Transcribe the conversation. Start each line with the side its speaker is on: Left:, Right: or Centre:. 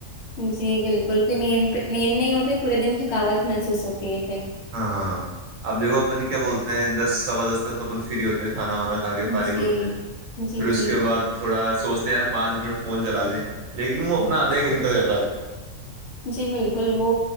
Left: جی بالکل پھر نیند پ نیند نہیں ہوتی پورے دن تھکاوٹ محسوس ہوتی ہے پھر
Right: ہاں ہاں آپ دیکھو اپن کیا بولتے ہیں دس سوا دس تک تو اپن فری ہوتے ہے کھانا وانا کھا کے
Left: جی
Right: فارغ ہوتے ہیں
Left: جی
Right: پھر اس
Left: جی
Right: کے بعد تھوڑاا سوچتے ہیں یار پانچ دس میں فون چلا لیں لیکن وہ اپنا آدھا ایک گھنٹہ ہو جاتا ہے
Left: جی بالکل وہ